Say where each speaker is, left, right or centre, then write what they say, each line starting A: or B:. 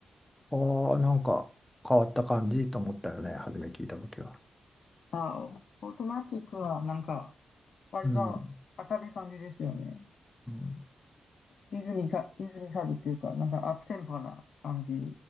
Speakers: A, on the left; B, on the left.
A: ああ、なんか変わった感じと思ったよね、初め聞いた時は。
B: あ、オートマチックはなんか割と明るい感じですよね。
A: うん、うん
B: リズミカ、リズミカルっていうか、なんかアップテンポな感じ。